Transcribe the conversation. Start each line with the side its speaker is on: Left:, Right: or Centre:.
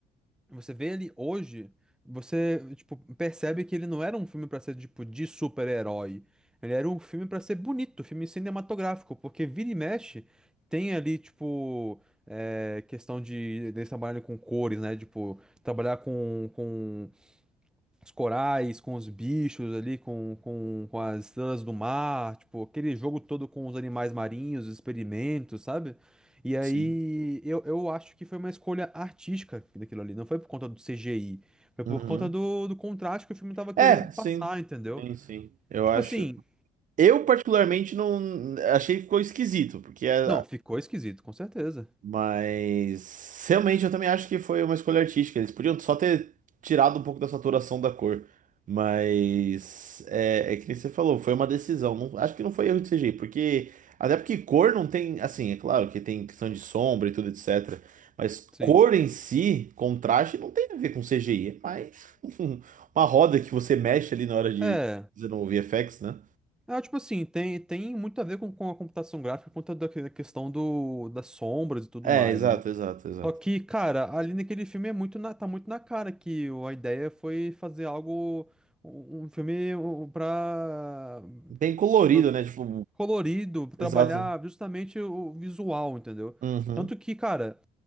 Centre: Você vê ele hoje, você, tipo, percebe que ele não era um filme pra ser, tipo, de super-herói. Ele era um filme pra ser bonito, filme cinematográfico, porque vira e mexe tem ali, tipo, é, questão de, deles trabalharem com cores, né? Tipo, trabalhar com, com os corais, com os bichos ali, com, com, com as estrelas do mar, tipo, aquele jogo todo com os animais marinhos, os experimentos, sabe? E aí
Right: Sim.
Centre: eu, eu acho que foi uma escolha artística daquilo ali, não foi por conta do CGI, foi por
Right: Uhum.
Centre: conta do, do contraste que o filme tava
Right: É,
Centre: querendo
Right: sim.
Centre: passar, entendeu?
Right: Sim, sim. Eu
Centre: Tipo
Right: acho.
Centre: assim,
Right: Eu, particularmente, não. Achei que ficou esquisito, porque é,
Centre: não, ficou esquisito, com certeza.
Right: Mas realmente eu também acho que foi uma escolha artística. Eles podiam só ter tirado um pouco da saturação da cor. Mas é, é que nem você falou, foi uma decisão. Não- acho que não foi erro de CGI, porque. Até porque cor não tem. Assim, é claro que tem questão de sombra e tudo, etc. Mas
Centre: Sim.
Right: cor em si, contraste, não tem a ver com CGI. É mais <laughs> uma roda que você mexe ali na hora de
Centre: É.
Right: fazer no VFX, né?
Centre: É, tipo assim, tem, tem muito a ver com, com a computação gráfica por conta da que- da questão do, das sombras e tudo
Right: É,
Centre: mais,
Right: exato,
Centre: né?
Right: exato, exato.
Centre: Só que, cara, ali naquele filme é muito na- tá muito na cara que o- a ideia foi fazer algo, um um filme um, pra
Right: Bem colorido,
Centre: eh,
Right: né? Tipo,
Centre: colorido, trabalhar
Right: exato.
Centre: justamente o o visual, entendeu?
Right: Uhum,
Centre: Tanto que, cara,